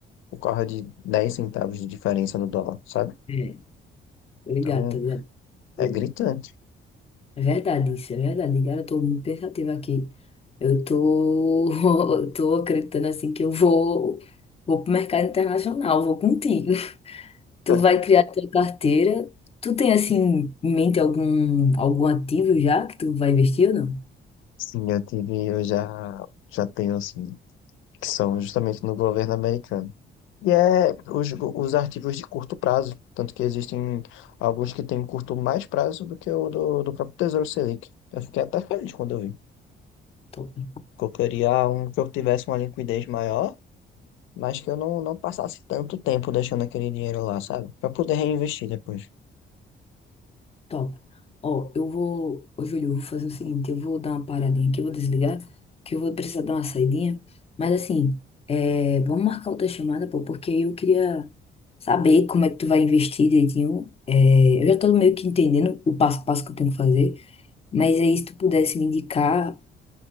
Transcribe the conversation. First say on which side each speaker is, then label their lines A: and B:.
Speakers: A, on the left; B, on the left.
A: por causa de 10 centavos de diferença no dólar, sabe?
B: é, ligado,
A: Então,
B: tá ligado?
A: é
B: Hum,
A: gritante.
B: É verdade isso, é verdade. Cara, eu tô muito pensativa aqui. Eu tô, <laughs> eu tô acreditando assim que eu vou, vou pro mercado internacional, vou contigo. <laughs> Tu
A: <laughs>
B: vai criar tua carteira. Tu tem assim em mente algum, algum ativo já que tu vai investir ou não?
A: Sim, eu tive, eu já, já tenho, assim, que são justamente no governo americano. E é os, os arquivos de curto prazo, tanto que existem alguns que têm curto mais prazo do que o do, do próprio Tesouro Selic. Eu fiquei até feliz quando eu vi,
B: Top.
A: porque eu queria um que eu tivesse uma liquidez maior, mas que eu não, não passasse tanto tempo deixando aquele dinheiro lá, sabe? Para poder reinvestir depois.
B: Top. Ó, eu vou. Ô, Júlio, eu vou fazer o seguinte: eu vou dar uma paradinha aqui, eu vou desligar, que eu vou precisar dar uma saidinha. Mas assim, é, vamos marcar outra chamada, pô, porque eu queria saber como é que tu vai investir direitinho. É, eu já tô meio que entendendo o passo a passo que eu tenho que fazer. Mas aí, se tu pudesse me indicar,